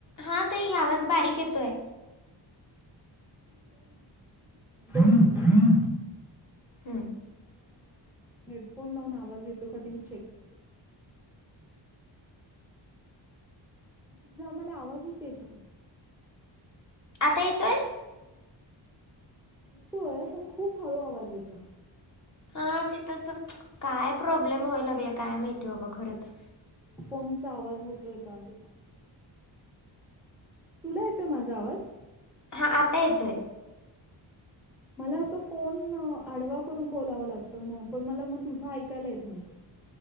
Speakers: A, on the left (about 40°); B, in the centre.
A: हा, ताई आवाज बारीक येतोय.
B: <unintelligible>
A: हम्म.
B: मला हेडफोन लावून आवाज येतो का ते मी चेक करते. तुझा मला आवाजच येत नाही.
A: आता येतोय.
B: येतोय, पण खूप हळू आवाज येतोय.
A: अं, ते तसंच काय प्रॉब्लेम
B: म्हणून
A: व्हाय लागलय काय माहिती, बाबा, खरंच?
B: फोनचा आवाज होतोय का ते पाहतो. तुला येतोय माझा आवाज?
A: हा, आता येतोय.
B: मला असं फोन आडवा करून बोलावं लागतं, म पण मला मग तुझं ऐकायला येत नाही.